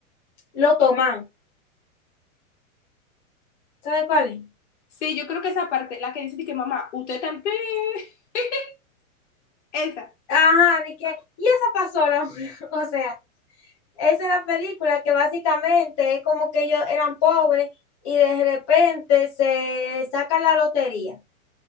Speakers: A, on the left (about 20°); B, on the left (about 50°).
A: Lo Tomán. ¿Sabes cuál es?
B: Sí, yo creo que esa parte, la que dice de que mamá, usted también <laughs> Esa.
A: Ajá, de que, y esa pasó la mujer. <laughs> O sea, esa es la película que básicamente es como que ellos eran pobres y de repente se sacan la lotería.